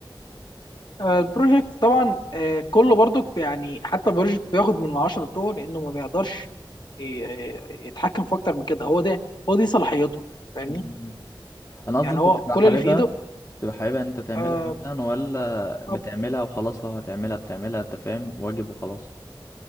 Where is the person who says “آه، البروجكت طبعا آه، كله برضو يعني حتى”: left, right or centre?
Left